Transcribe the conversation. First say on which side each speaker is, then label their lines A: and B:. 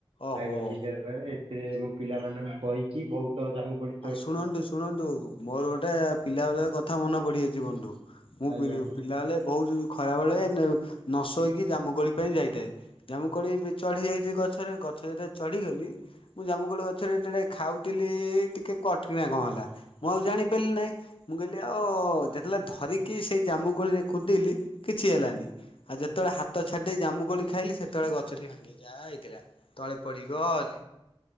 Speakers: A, on the left (about 65°); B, on the right (about 75°).
A: ଓହୋ।
B: ଆଜ୍ଞା ବିଦ୍ୟାଳୟରେ ଏଥିରେ ମୁଁ ପିଲାମାନଙ୍କୁ କହିକି ବହୁତ ଜାମୁ କୋଳି
A: ଆ ଶୁଣନ୍ତୁ ଶୁଣନ୍ତୁ ମୋର ଗୋଟେ ପିଲାବେଳର କଥା ମନେ ପଡ଼ିଯାଉ ଛି ବନ୍ଧୁ ମୁଁ
B: ଆଜ୍ଞା
A: ବି ପିଲାବେଳେ ବହୁତ ଖରା ବେଳେ ନ ସୋଇକି ଜାମୁକୋଳି ପାଇଁ ଯାଇଥାଏ ଜାମୁକୋଳି ଚଢ଼ି ଯାଇଛି ଗଛରେ ଗଛରେ ଯେତେବେଳେ ଚଢ଼ିଗଲି ମୁଁ ଜାମୁକୋଳି ଗଛରେ ଯେତେବେଳେ ଖାଉଥିଲି ଟିକେ କଟକିଣା କଣ ହେଲା ମୁଁ ଆଉ ଜାଣିପାରିଲି ନାହିଁ ମୁଁ କହିଲି ଆ ଓ ଓ ଯେତେବେଳେ ଧରିକି ସେଇ ଜାମୁକୋଳିରେ କୁଦିଲି କିଛି ହେଲାନି ଆଉ ଯେତେବେଳେ ହାତ ଛାଡ଼ି ଦେଇ ଜାମୁ କୋଳି ଖାଇଲି ସେତେବେଳେ ଗଛଟି ଭାଙ୍ଗି ଯାଇଥିଲା। ତଳେ ପଡ଼ିଗଲି।